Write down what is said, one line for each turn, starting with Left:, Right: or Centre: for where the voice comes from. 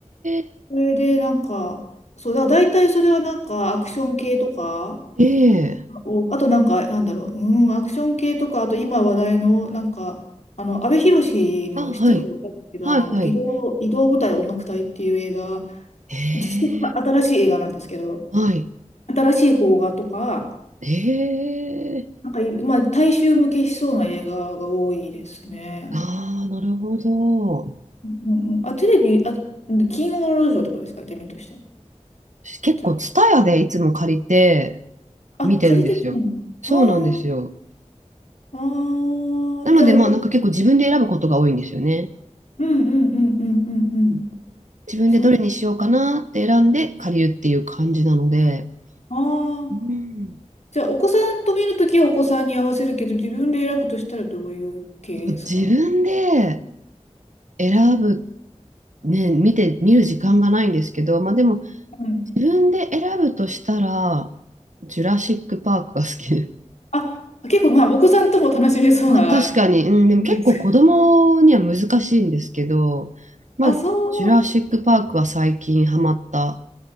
Right: え
Left: それでなんか、そう、だから大体それはなんかアクション系とか、
Right: ええ
Left: おあとなんか、なんだろう、うん、アクション系とか、あと今話題の、なんか、あの、阿部寛の、
Right: あ、
Left: 知ってるか分かんないけど、
Right: はい。はい、
Left: あの、
Right: はい。
Left: 移動、移動舞台音楽隊っていう映画、
Right: ええ
Left: 私結構新しい映画なんですけど、
Right: はい。
Left: 新しい邦画とか、
Right: ええ
Left: なんかい、まあ、大衆向けしそうな映画が多いですね。
Right: ああ、なるほど。
Left: うんうん、あ、テレビ、あ、うん金曜ロードショーとかですか、行ってみるとしたら。
Right: 私結構、
Left: じゃ
Right: ツタヤでいつも借りて
Left: あ、
Right: 見てるんですよ。
Left: あ、借りてきてんあ
Right: そうなんですよ。
Left: あー、
Right: なので、
Left: あーじゃあ、
Right: まあ、
Left: こ
Right: なんか結構自分で選ぶことが多いんですよね
Left: うんうんうんうんうんうん。
Right: うん。自分でどれにしようかなって選んで借りるっていう感じなので、
Left: そっあ
Right: うん
Left: あー、じゃあ、お子さんと見るときはお子さんに合わせるけど、自分で選ぶとしたらどういう系ですか
Right: そう自分で選ぶ、ね、見て、見る時間がないんですけど、まあでも、
Left: うん。
Right: 自分で選ぶとしたら、ジュラシック・パークが好きで。
Left: あ、結構、まあ、お子さんとも楽しめそうな、
Right: <laughs> まあ確かに、うん、でも結構子供には難しいんですけど、
Left: ですか。
Right: まあ、
Left: あ、そ
Right: ジュラシック・パークは最近ハマった